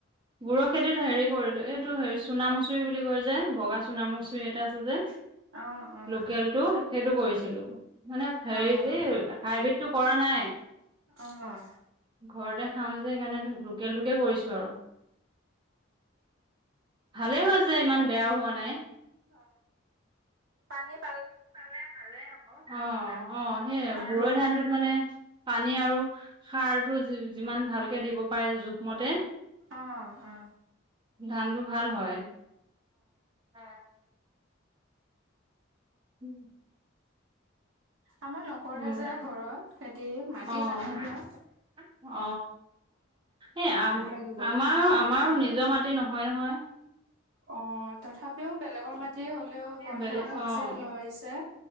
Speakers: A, on the right; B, on the right.
A: বুৰৰ খেতিত হেৰি কৰিলো, এইটো হেৰি চুণামচৰি বুলি কয় যে, বগা চুণামচুৰি এটা আছে যে।
B: অ', অ',
A: লোকেল টো সেইটো কৰিছিলো। মানে হেৰি
B: অ',
A: হাইব্ৰীড টো কৰা নাই।
B: অ',
A: ঘৰতে খাম। সেইকাৰণে লোকেলটোকে কৰিছো আৰু। ভালে হৈছে ইমান বেয়াও হোৱা নাই।
B: অ পানীৰ
A: পালে ভালে হব ধান বিলাক। অ অ সেই
B: আৰু
A: বুৰৈ ধানটোত মানে পানী আৰু সাৰটো যিমান ভালকে দিব পাৰে জোখমতে
B: অ', অ',
A: ধানটো ভাল হয়। অ <unintelligible>
B: আমাৰ নকৰে
A: উম,
B: যে ঘৰত খেতি মাটি
A: অ',
B: নাই হোৱা।
A: অ। এই আ
B: লাগিব অ
A: আমাৰ আমাৰো নিজৰ মাটি নহয়। হয় নহয়।
B: অ। তথাপিও বেলেগৰ মাটি হ'লেও বন্ধকত
A: বেলেগ অ',
B: যে লৈছে।